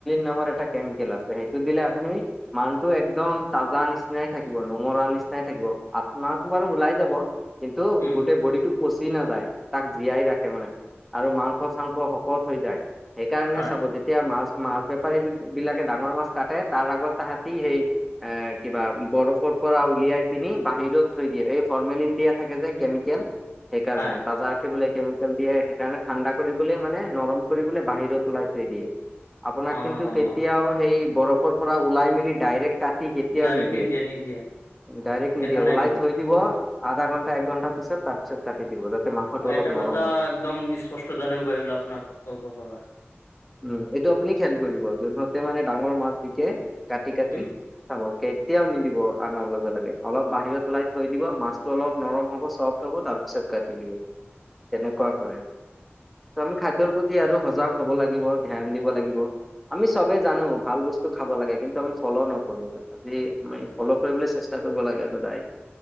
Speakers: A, in the centre; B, on the left (about 80°).
A: নামৰ এটা কেমিকেল আছে, সেইটো দিলে আপুনি মানটো একদম তাজা নিচিনাই থাকে। নমৰা নিচিনাই থাকিব। আত্মটো বাৰু ওলাই যাব কিন্তু
B: উম
A: গোটেই বডিক চি, নাযায় তাক জীয়াই ৰাখে মানে আৰু মাংস, চাংস শকত হৈ যায়। সেইকাৰণে
B: হয়
A: চাব যেতিয়া মাছ মাছ বেপাৰী বিলাকে ডাঙৰ মাছ কাটে, তাৰ আগত তাহাঁতি সেই আ, কিবা বৰফৰ পৰা উলিয়াই পিনি বাহিৰত থৈ দিয়ে, এই ফৰ্মেলিন দিয়া থাকে যে, কেমিকেল সেইকাৰণে
B: হয়
A: তাজা আখি ব কেমিকেল দিয়ে, সেইকাৰণে ঠাণ্ডা কৰিবলৈ মানে নৰম কৰিব বাহিৰত ওলাই থৈ দিয়ে। আপোনাক
B: অঁ
A: কিন্তু কেতিয়াও সেই বৰফৰ পৰা ওলাই মেলি ডাইৰেক্ট কাটি, কেতিয়াও
B: ডাইৰেক্ট
A: নিদিয়ে,
B: নিদিয়ে
A: ডাইৰেক্ট
B: দেখা
A: নিদিয়ে
B: নাই
A: ওলাই।
B: মই
A: থৈ দিব
B: মই
A: আধা ঘণ্টা, এক ঘণ্টাাৰ পিছত তাৰপিছত কাটি দিব। মাংসটো
B: অ,
A: অলপ
B: এটা
A: নৰম
B: কথা
A: হয়
B: একদম স্পষ্ট জানিবও পাৰিল আপোনাৰ পাবা।
A: উম, এইটো আপুনি খয়াল কৰিব যোনহতে মানে ডাঙৰ মাছ বিকে। কাটি, কাটি
B: উম
A: হ'ব কে এতিয়াও নিদিব অনাৰ লগে, লগে অলপ বাহিৰত ওলাই থৈ দিব। মাছতটো অলপ নৰম হ'ব চফ্ট হ'ব তাৰপিছত কাটি দিলোঁ তেনেকুৱা কৰে। আমি খাদ্যৰ প্ৰতি আৰু সজাগ হ'ব লাগে। লাগিব ধ্যান দিব লাগিব। আমি চবে জানোঁ ভাল বস্তু খাব লাগে, কিন্তু আমি ফ্ৰলো নকৰোঁ। আজি আম ফ্ৰলো কৰিবলৈ চেষ্টা কৰিব লাগে সদায়।